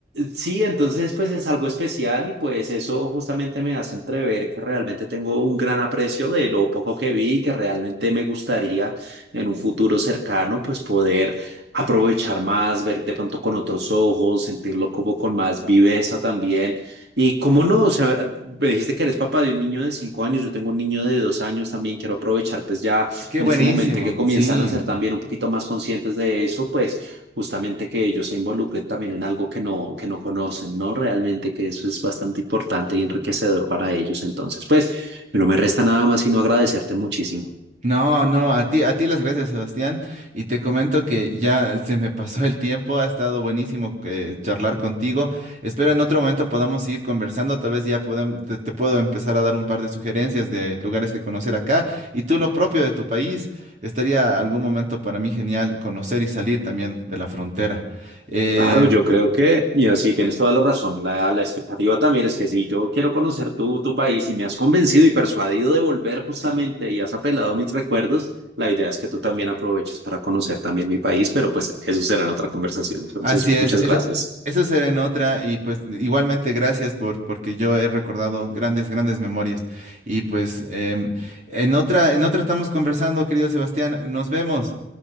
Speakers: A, on the right (about 75°); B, on the right (about 45°).
A: Sí, entonces pues es algo especial y pues eso justamente me hace entrever que realmente tengo un gran aprecio de lo poco que vi y que realmente me gustaría en un futuro cercano pues poder aprovechar más, ver de pronto con otros ojos, sentirlo como con más viveza también. Y cómo no, o sea, me dijiste que eres papá de un niño de cinco años, yo tengo un niño de dos años también, quiero aprovechar pues ya
B: Qué
A: en
B: buenísimo,
A: este momento en que comienzan
B: sí.
A: a ser también un poquito más conscientes de eso, pues justamente que ellos se involucren también en algo que no, que no conocen, ¿no? Realmente que eso es bastante importante y enriquecedor para ellos. Entonces, pues, no me resta nada más sino agradecerte muchísimo.
B: No, no, a ti, a ti las gracias, Sebastián. Y te comento que ya se me pasó el tiempo, ha estado buenísimo eh, charlar contigo. Espero en otro momento podamos seguir conversando, tal vez ya podem- te, te puedo empezar a dar un par de sugerencias de lugares que conocer acá. Y tú lo propio de tu país, estaría algún momento para mí genial conocer y salir también de la frontera. Eh,
A: Claro, yo creo que, y así tienes toda la razón, la, la expectativa también es que si yo quiero conocer tu, tu país y me has convencido y persuadido de volver justamente y has apelado a mis recuerdos, la idea es que tú también aproveches para conocer también mi país, pero pues eso será en otra conversación. Entonces,
B: Así es,
A: muchas
B: es-
A: gracias.
B: eso será en otra y pues igualmente gracias por porque yo he recordado grandes, grandes memorias. Y pues em, en otra, en otra estamos conversando, querido Sebastián. Nos vemos.